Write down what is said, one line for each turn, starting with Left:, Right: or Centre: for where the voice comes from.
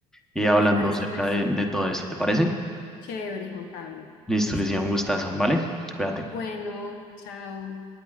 Centre: y hablando
Left: Me parece
Centre: acerca
Left: perfecto.
Centre: de, de todo esto, ¿te parece?
Left: Chévere, Juan Pablo,
Centre: Listo,
Left: por
Centre: les
Left: supuesto.
Centre: decía un gustazo, ¿vale? Cuídate.
Left: Bueno, chao.